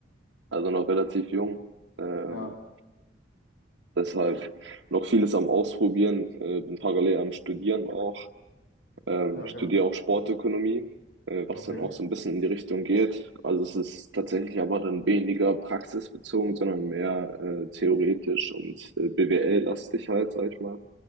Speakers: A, on the right; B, on the left.
A: also noch relativ jung. Ähm,
B: Ja,
A: deshalb noch vieles am Ausprobieren, äh, bin parallel am Studieren auch, ähm,
B: ja,
A: studiere
B: geil.
A: auch Sportökonomie, äh, was
B: Okay,
A: dann auch so ein bisschen in die Richtung geht. Also es ist tatsächlich aber dann weniger praxisbezogen, sondern mehr äh, theoretisch und äh, BWL-lastig halt, sag ich mal,